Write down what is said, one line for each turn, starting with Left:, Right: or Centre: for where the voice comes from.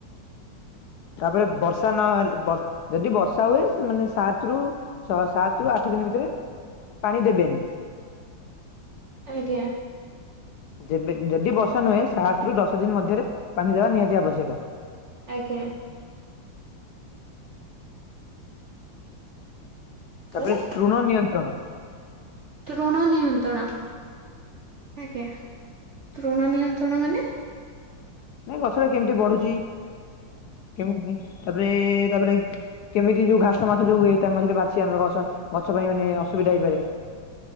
Left: ତାପରେ ବର୍ଷା ନହଲେ ଯଦି ବର୍ଷା ହୁଏ ମାନେ ସାତ ରୁ ଶହ ସାତ ରୁ ଆଠ ଦିନ ଭିତରେ ପାଣି ଦେବେନି।
Right: ଆଜ୍ଞା।
Left: ଯେବେ ଯଦି ବର୍ଷା ନୁହେଁ ସାତ ରୁ ଦଶ ଦିନ ମଧ୍ୟରେ ପାଣି ଦେବା ନିହାତି ଆବଶ୍ୟକ।
Right: ଆଜ୍ଞା।
Left: ତାପରେ
Right: ପରେ
Left: ତୃଣ ନିୟନ୍ତ୍ରଣ
Right: ତୃଣ ନିୟନ୍ତ୍ରଣ? ଆଜ୍ଞା, ତୃଣ ନିୟନ୍ତ୍ରଣ ମାନେ?
Left: ନାଇଁ ଗଛଟା କେମିତି ବଢୁଛି? କେମିତି ତାପରେ ତାପରେ କେମିତି ଯୋଉ ଘାସ ମାସ ଯୋଉ ତା ମଝିରେ ଯୋଉ ବାଛି ଆଣିଲ ଗଛ, ଗଛ ପାଇଁ ମାନେ ଅସୁବିଧା ହେଇପାରେ।